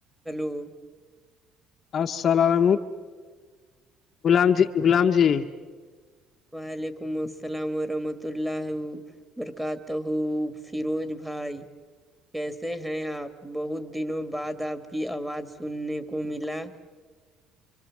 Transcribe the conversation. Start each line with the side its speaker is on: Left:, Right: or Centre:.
Centre: hello
Left: السلام غلام جی غلام جی
Centre: وعلیکم السلام ورحمۃ اللہ برکات تہوو فیروز بھائی کیسے ہیں آپ بہت دنوں بعد آپ کی آواز سننے کو ملا